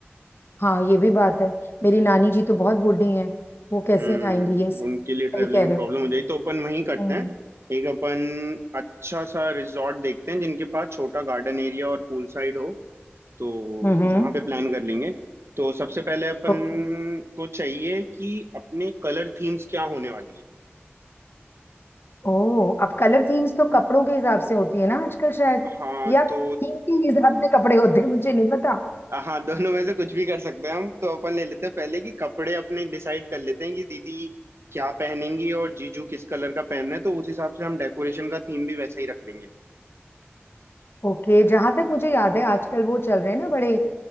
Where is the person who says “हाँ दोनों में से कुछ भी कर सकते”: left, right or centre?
Right